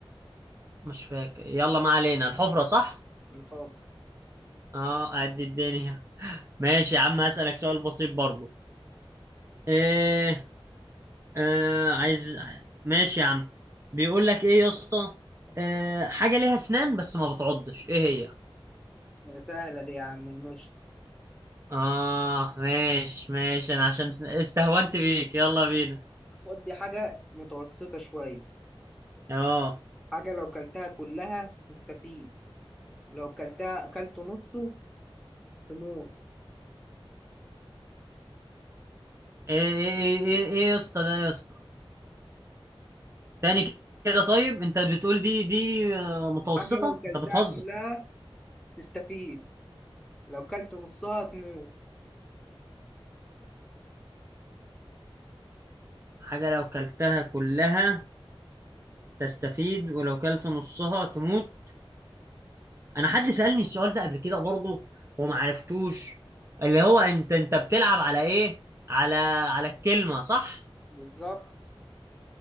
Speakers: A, on the right; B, in the centre.
A: مش فاكر يلا ما علينا الحفرة صح؟
B: الحفر
A: اه أعد الدنيا ماشي يا عم هسألك سؤال بسيط برضو ايه آه عايز ماشي يا عم بيقول لك ايه يا اسطى آه حاجة ليها اسنان بس ما بتعضش ايه هي؟
B: سهله دي يا عم المشط
A: اه ماشي ماشي انا عشان استهونت بيك يلا بينا
B: خد دي حاجه متوسطه شويه
A: اه
B: حاجه لو كلتها كلها تستفيد لو كلتها اكلت نصه تموت
A: ايه ايه ايه ايه إيه يا اسطى ده يا اسطى تاني كده طيب انت بتقول دي دي آه، متوسطة
B: حاجة لو كلتها
A: انت بتهزر
B: كلها تستفيد لو كلت نصها تموت
A: حاجة لو كلتها كلها تستفيد ولو كلت نصها تموت انا حد سألني السؤال ده قبل كده برضه وما عرفتوش اللي هو انت انت بتلعب على ايه على على الكلمة صح
B: بالظبط